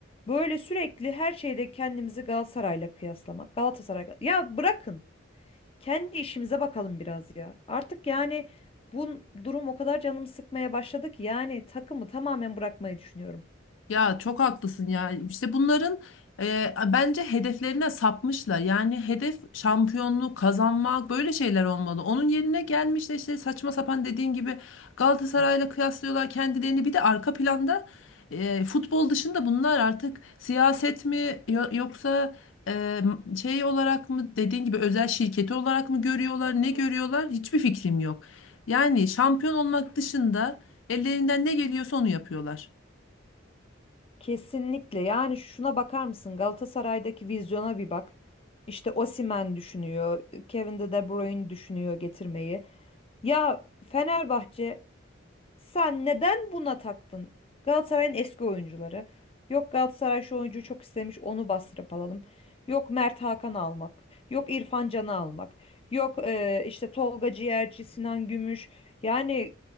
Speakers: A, on the left (about 30°); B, on the left (about 75°).
A: böyle sürekli her şeyde kendimizi Galatasaray'la kıyaslamak. Galatasaray ya bırakın kendi işimize bakalım biraz ya. Artık yani bu durum o kadar canımı sıkmaya başladı ki yani takımı tamamen bırakmayı düşünüyorum.
B: Ya çok haklısın ya. İşte bunların e, bence hedeflerine sapmışlar. Yani hedef şampiyonluğu kazanmak böyle şeyler olmalı. Onun yerine gelmiş de işte saçma sapan dediğin gibi Galatasaray'la kıyaslıyorlar kendilerini. Bir de arka planda e, futbol dışında bunlar artık siyaset mi yo- yoksa e, şey olarak mı dediğin gibi özel şirketi olarak mı görüyorlar, ne görüyorlar? Hiçbir fikrim yok. Yani şampiyon olmak dışında ellerinden ne geliyorsa onu yapıyorlar.
A: Kesinlikle. Yani şuna bakar mısın? Galatasaray'daki vizyona bir bak. İşte Osimhen düşünüyor, Kevin de De Bruyne düşünüyor getirmeyi. Ya Fenerbahçe sen neden buna taktın? Galatasaray'ın eski oyuncuları. Yok Galatasaray şu oyuncuyu çok istemiş onu bastırıp alalım. Yok Mert Hakan almak. Yok İrfan Can'ı almak. Yok e, işte Tolga Ciğerci, Sinan Gümüş. Yani